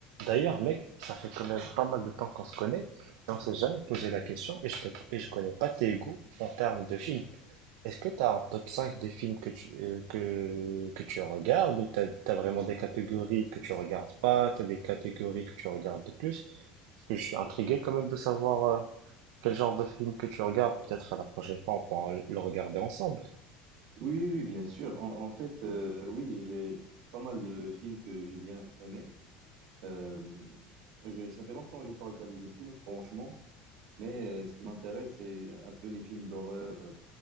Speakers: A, on the right; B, on the right.
A: D'ailleurs mec, ça fait quand même pas mal de temps qu'on se connaît et on s'est jamais posé la question et je te- et je connais pas tes goûts en termes de films. Est-ce que tu as un top 5 des films que tu, euh, que, que tu regardes ou tu as, vraiment des catégories que tu regardes pas, tu as des catégories que tu regardes de plus? Parce que je suis intrigué quand même de savoir euh, quel genre de film que tu regardes. Peut-être à la prochaine fois on pourra le regarder ensemble.
B: Oui, oui, oui, bien sûr. En, en fait, euh, oui, j'ai pas mal de films que j'ai bien aimés. Euh, je- ça fait longtemps que j'ai pas regardé de films, franchement. Mais euh, ce qui m'intéresse, c'est un peu les films d'horreur, euh,